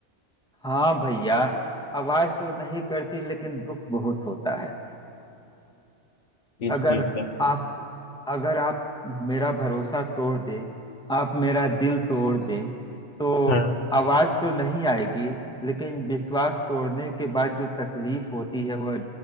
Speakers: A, in the centre; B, on the left.
A: हाँ भैया आवाज तो नहीं करती लेकिन दुख बहुत होता है
B: इस
A: अगर
B: चीज का
A: आप अगर आप मेरा भरोसा तोड़ दे आप मेरा दिल तोड़ दें तो
B: हाँ
A: आवाज तो नहीं आएगी लेकिन विश्वास तोड़ने के बाद जो तकलीफ होती है वह